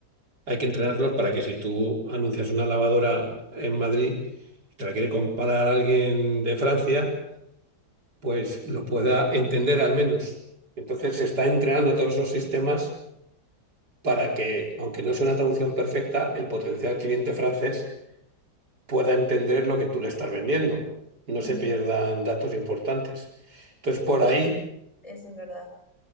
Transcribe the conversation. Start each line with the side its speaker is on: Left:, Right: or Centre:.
Right: hay que entrenarlos para que si tú anuncias una lavadora en Madrid y te la quiere comprar alguien de Francia, pues lo pueda entender al menos. Entonces, se está entrenando todos esos sistemas para que, aunque no sea una traducción perfecta, el potencial cliente francés pueda entender lo que tú le estás vendiendo, no
Left: mm,
Right: se pierdan datos importantes. Entonces, por
Left: Sí,
Right: ahí,
Left: eso es verdad.